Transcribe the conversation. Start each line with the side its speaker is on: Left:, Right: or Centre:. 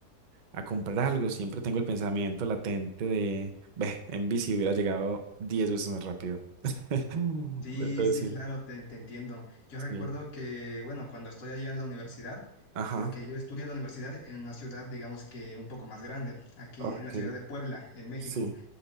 Right: a comprar algo, siempre tengo el pensamiento latente de, ve, en bici hubiera llegado 10 veces más rápido. Mm,
Left: Sí,
Right: Entonces
Left: sí, claro,
Right: sí.
Left: te, te entiendo. Yo recuerdo
Right: Sí.
Left: que, bueno, cuando estoy allá en la universidad,
Right: Ajá.
Left: porque yo estudié en la universidad en una ciudad, digamos que un poco más grande, aquí
Right: Ok.
Left: en la ciudad de Puebla, en México.
Right: Sí.